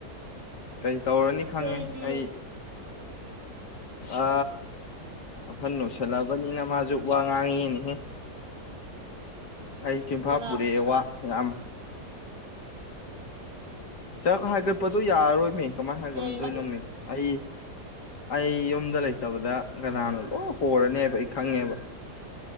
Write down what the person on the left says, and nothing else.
ꯀꯩ ꯇꯧꯔꯅꯤ ꯈꯪꯉꯦ
ꯑꯩ ꯑ ꯑꯍꯟ ꯑꯣꯏꯁꯤꯜꯂꯑꯕꯅꯤꯅ ꯃꯥꯁꯨ ꯋꯥ ꯉꯥꯡꯉꯤꯅꯦꯍꯦ ꯑꯩ ꯆꯨꯝꯐꯥ
ꯄꯨꯔꯛꯑꯦ ꯋꯥ ꯉꯥꯡꯕ ꯆꯥꯛ ꯍꯥꯏꯒꯠꯄꯗꯣ ꯌꯥꯔꯣꯏꯃꯦ ꯀꯃꯥꯏ ꯍꯥꯏꯒꯠꯂꯨꯗꯣꯏ
ꯅꯣꯃꯤ ꯑꯩ ꯑꯩ ꯌꯨꯝꯗ ꯂꯩꯇꯕꯗ ꯀꯅꯥꯅꯣ ꯂꯣꯏ ꯍꯣꯔꯅꯦꯕ ꯑꯩ ꯈꯪꯉꯦꯕ